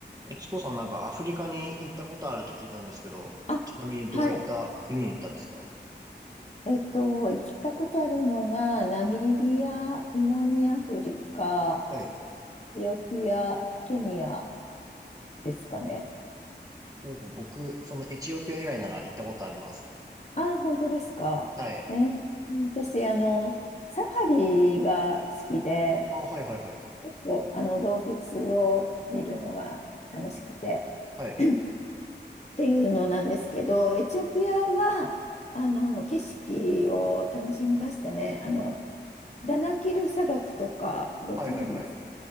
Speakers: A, on the right; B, on the left.
A: え、チコさんなんかアフリカに行ったことあるって聞いたんですけど、
B: あ
A: ちなみにどういった国に行ったんですか
B: はい。えっと、行ったことあるのが、ナミビア、南アフリカ、
A: はい。
B: エチオピア、ケニアですかね。
A: ほうほう僕、そのエチオピア以外なら行ったことあります。
B: ああ、本当ですか。
A: はい。
B: えー私、あの、サファリが好きで、
A: あ、はいはいはい。
B: 結構あの、動物を見るのが楽しくて
A: はい。
B: <clears throat> っていうのなんですけど、エチオピアは、あの、景色を楽しみましたね。あの、ダナキル砂漠とか、ご存知です
A: はいはいはい。